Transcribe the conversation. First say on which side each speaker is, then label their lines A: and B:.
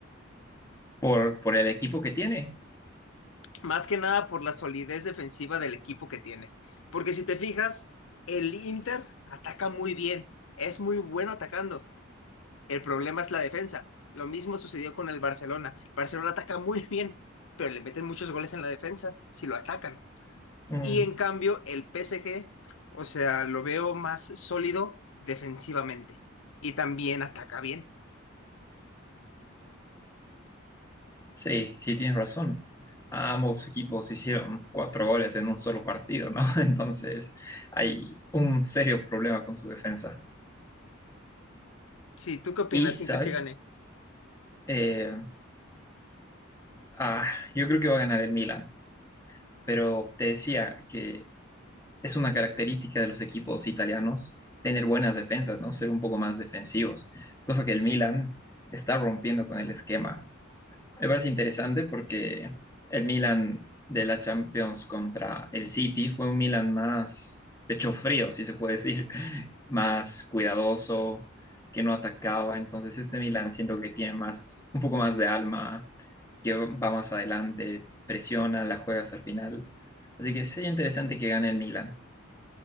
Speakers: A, on the left; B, on the left.
A: ¿Por, por el equipo que tiene?
B: más que nada por la solidez defensiva del equipo que tiene. Porque si te fijas, el Inter ataca muy bien, es muy bueno atacando. El problema es la defensa. Lo mismo sucedió con el Barcelona. Barcelona ataca muy bien, pero le meten muchos goles en la defensa si lo atacan.
A: Mm.
B: Y en cambio, el PSG, o sea, lo veo más sólido defensivamente y también ataca bien.
A: Sí, sí, tienes razón. Ambos equipos hicieron cuatro goles en un solo partido, ¿no? <laughs> Entonces hay un serio problema con su defensa.
B: Sí, ¿tú qué opinas?
A: Y,
B: ¿Quién
A: ¿sabes?
B: crees que gane?
A: Eh, ah, yo creo que va a ganar el Milan, pero te decía que es una característica de los equipos italianos tener buenas defensas, ¿no? Ser un poco más defensivos, cosa que el Milan está rompiendo con el esquema. Me parece interesante porque el Milan de la Champions contra el City fue un Milan más pecho frío, si se puede decir, <laughs> más cuidadoso, que no atacaba. Entonces este Milan siento que tiene más, un poco más de alma, que va más adelante, presiona, la juega hasta el final. Así que sería interesante que gane el Milan.